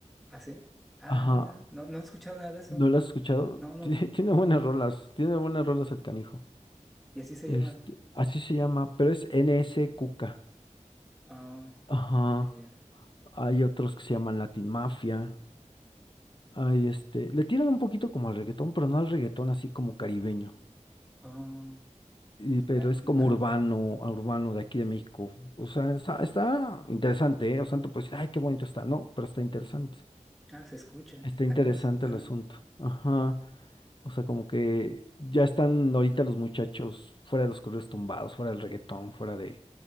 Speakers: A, in the centre; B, on the left.
A: ah, sí. Ah,
B: Ajá,
A: mira, no, no he escuchado nada de eso.
B: ¿no lo has escuchado?
A: No,
B: <laughs>
A: no,
B: Tiene
A: no.
B: tiene buenas rolas, tiene buenas rolas el canijo.
A: Y así se
B: Este,
A: llama.
B: así se llama, pero es N S Cuca.
A: Oh,
B: Ajá,
A: oh, ya, ya.
B: hay otros que se llaman Latin Mafia. Hay este, le tiran un poquito como al reggaetón, pero no al reggaetón así como caribeño.
A: Oh,
B: Y- pero
A: ah,
B: es como
A: ajá.
B: urbano, a urbano de aquí de México. O sea, está, está interesante, ¿eh? O sea, tú puedes ay, qué bonito está. No, pero está interesante.
A: Ah, se escucha.
B: Está interesante
A: Al menos, ajá.
B: el asunto. Ajá. O sea, como que ya están ahorita los muchachos fuera de los correos tumbados, fuera del reggaetón, fuera de